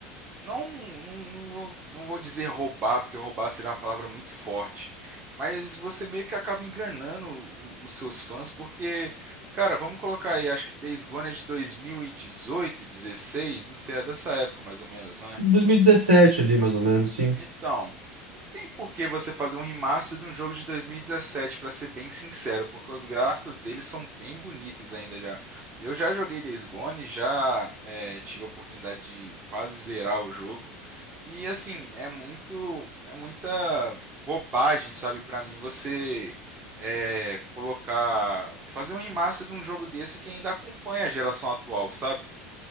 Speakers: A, on the right; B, on the right.
A: Não, não, não vou, não vou dizer roubar, porque roubar seria uma palavra muito forte. Mas você meio que acaba enganando o- os seus fãs, porque, cara, vamos colocar aí, acho que Days Gone é de 2018 16 não sei, é dessa época mais ou menos, não é?
B: 2017 ali, mais ou menos, sim.
A: Então, não tem por que você fazer um remaster de um jogo de 2017, pra ser bem sincero, porque os gráficos deles são bem bonitos ainda já. Eu já joguei Days Gone, já é, tive a oportunidade de quase zerar o jogo. E assim, é muito, é muita bobagem, sabe, pra mim você é, colocar, fazer um remaster de um jogo desse que ainda acompanha a geração atual, sabe?